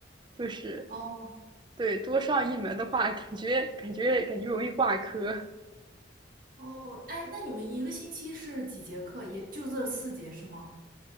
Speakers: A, on the right (about 25°); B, on the right (about 50°).
A: 就是
B: 哦
A: 对多上一门的话，感觉感觉感觉容易挂科。
B: 哦，哎，那你们一个星期是几节课？也就这四节是吗？